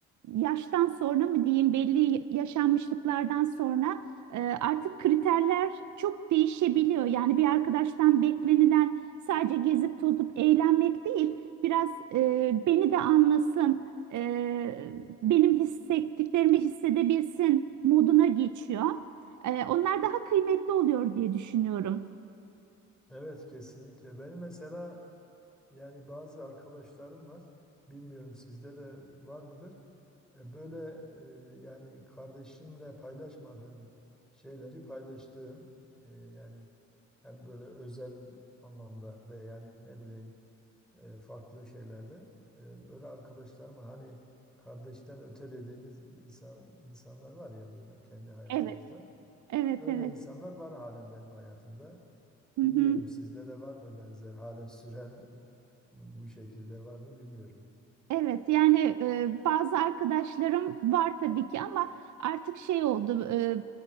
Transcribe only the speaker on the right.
yaştan sonra mı diyeyim belli yaşanmışlıklardan sonra e, artık kriterler çok değişebiliyor. Yani bir arkadaştan beklenilen sadece gezip tozup eğlenmek değil, biraz e, beni de anlasın, e, benim hissettiklerimi hissedebilsin moduna geçiyor. E, onlar daha kıymetli oluyor diye düşünüyorum.
Evet, evet,
evet.
Hı hı.
Evet yani e, bazı arkadaşlarım var tabii ki ama artık şey oldu e,